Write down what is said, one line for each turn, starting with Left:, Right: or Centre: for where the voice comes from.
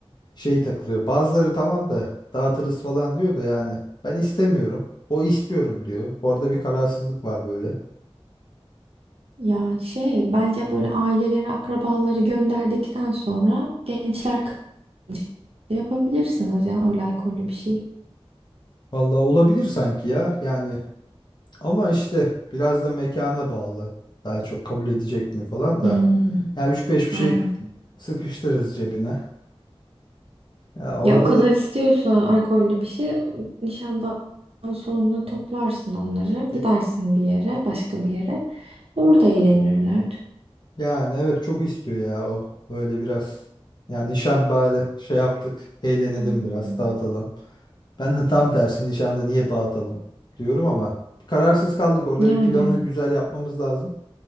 Left: şey takılıyor. Bazıları tamam da dağıtırız falan diyor da yani ben istemiyorum. O istiyorum diyor. Orada bir kararsızlık var böyle.
Right: Ya şey bence böyle aileleri, akrabaları gönderdikten sonra gençler kaçıncı yapabilirsiniz ya öyle alkollü bir şey.
Left: Vallahi olabilir sanki ya. Yani ama işte biraz da mekana bağlı. Daha çok kabul edecek mi falan
Right: Hmm,
Left: da. Ya üç beş bir
Right: aynen.
Left: şey sıkıştırırız cebine. Ya orada
Right: Ya o kadar
Left: da
Right: istiyorsa alkollü bir şey nişandan sonra toplarsın onları
Left: e,
Right: gidersin bir yere başka bir yere orada eğlenirler.
Left: yani evet çok istiyor ya o böyle biraz. Yani nişan bari şey yaptık eğlenelim
Right: Hmm,
Left: biraz dağıtalım. Ben de tam tersi nişanda niye dağıtalım diyorum ama kararsız kaldık orada
Right: yani
Left: bir planı güzel yapmamız lazım.